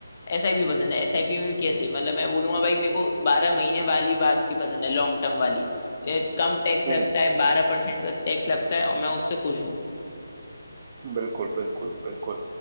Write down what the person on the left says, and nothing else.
एसआईपी पसंद है एसआईपी में भी कैसे मतलब मैं बोलूंगा भाई मेरे को बारह महीने वाली बात की पसंद है लॉन्ग टर्म वाली ये कम टैक्स
लगता है बारह परसेंट का टैक्स लगता है और मैं उससे खुश हूँ